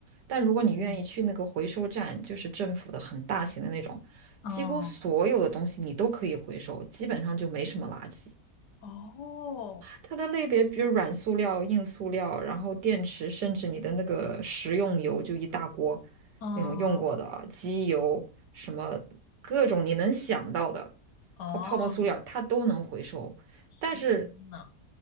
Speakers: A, on the right; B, on the left.
A: 但如果你愿意去那个回收站，
B: 嗯，
A: 就是政府的很大型的那种，
B: 哦，
A: 几乎所有的东西你都可以回收，基本上就没什么垃圾。
B: 哦，
A: 它的类别比如软塑料、硬塑料，然后电池，甚至你的那个食用油，就一大锅
B: 嗯，
A: 那种用过的啊，机油什么各种你能想到的，
B: 哦。
A: 包泡沫塑料它都能回收。但是，
B: 天呐，